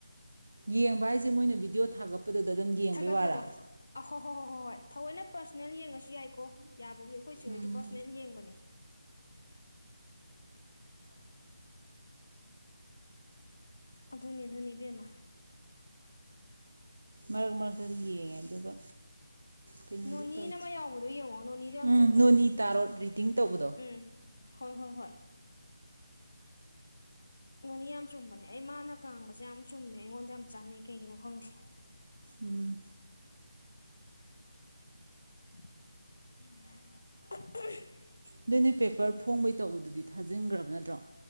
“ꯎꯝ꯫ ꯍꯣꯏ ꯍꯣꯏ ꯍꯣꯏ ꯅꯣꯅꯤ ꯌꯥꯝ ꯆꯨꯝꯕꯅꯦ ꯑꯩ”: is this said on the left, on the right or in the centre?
Left